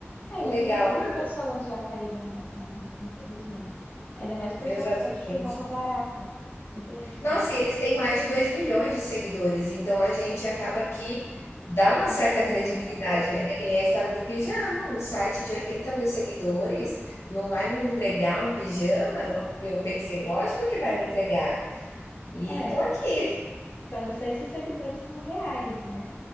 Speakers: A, on the left; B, on the left.
A: É, imagina
B: legal,
A: quantas
B: não.
A: pessoas já caíram nessa, né? Infelizmente. Ainda mais por
B: Exatamente.
A: ser um site de roupa barata. Muita gente compra,
B: Nossa, e eles têm mais de 2 milhões de seguidores, então a gente
A: Sim.
B: acaba que dá uma
A: confiando,
B: certa credibilidade,
A: né?
B: né? É que nem a história do pijama, um site de 80 mil seguidores não vai me entregar um pijama? Eu pensei, lógico que vai me entregar. E
A: É,
B: tô aqui.
A: só não sei se os seguidores são reais, né?